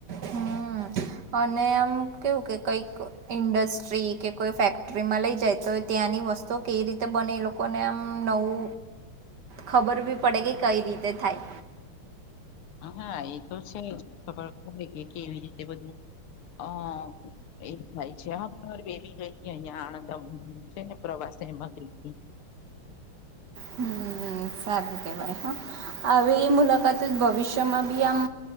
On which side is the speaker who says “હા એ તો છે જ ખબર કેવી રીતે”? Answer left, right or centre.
Left